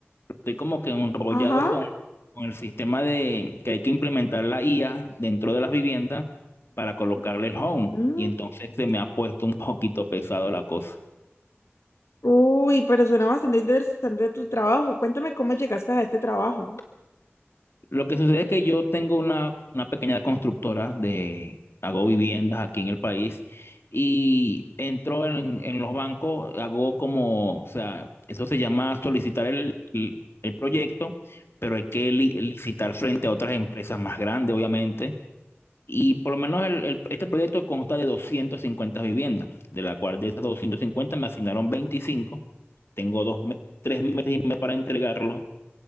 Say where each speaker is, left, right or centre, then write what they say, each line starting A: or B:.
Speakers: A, on the left (about 60°); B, on the left (about 80°).
A: Estoy como que enrollado
B: ajá.
A: con, con el sistema de que hay que implementar la IA dentro de las viviendas para colocarle el home.
B: Mm,
A: Y entonces se me ha puesto un poquito pesado la cosa.
B: Uy, pero suena bastante interesante tu trabajo. Cuéntame cómo llegaste a este trabajo.
A: Lo que sucede es que yo tengo una, una pequeña constructora de, hago viviendas aquí en el país y entro en, en los bancos, hago como, o sea, eso se llama solicitar el, el- el proyecto, pero hay que li- licitar frente a otras empresas más grandes, obviamente. Y por lo menos el- el- este proyecto consta de 250 viviendas, de la cual de esas 250 me asignaron veinticinco Tengo dos, me- tres meses y medio para entregarlo.